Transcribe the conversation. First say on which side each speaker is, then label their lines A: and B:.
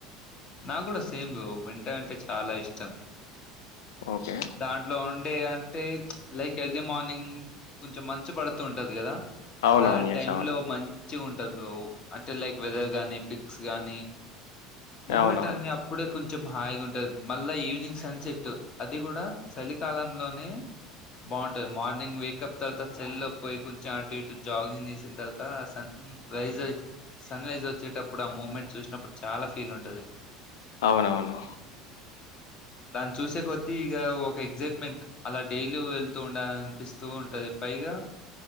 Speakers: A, on the left (about 40°); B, on the left (about 70°).
A: నా కూడా సేమ్ బ్రో వింటర్ అంటే చాలా ఇష్టం
B: ఓకే.
A: దాంట్లో ఉండే అంటే ప్చ్ లైక్ ఎర్లీ మార్నింగ్ కొంచెం మంచు పడుతూ ఉంటది కదా
B: అవునవును.
A: అలాంటి
B: యెస్.
A: టైమ్
B: అవును.
A: లో మంచిగుం <unintelligible> అంటే లైక్ వెదర్ గానీ పిక్స్ గానీ మూమెంట్
B: అవునవును.
A: అని అప్పుడే కొం కొంచెం హాయిగా ఉంటది మళ్ళా ఈవినింగ్ సన్ సెట్ అది కూడా చలికాలంలోనే బాగుంటది, మార్నింగ్ వేకప్ తర్వాత చలిలోకి పోయి కొంచెం అటు ఇటు జాగింగ్ చేసిన తర్వాత సన్ రైజ్ సన్ రైజ్ వచ్చేటప్పుడు ఆ మూమెంట్ చూసినప్పుడు చాలా ఫీల్ ఉంటది.
B: అవును అవును
A: దాన్ని చూసే కొ ద్ది ఇగ ఒక ఎగ్జైట్ట్మెంట్ అలా డైలీ వెళ్తూ ఉండాల అనిపిస్తూ ఉంటది, పైగా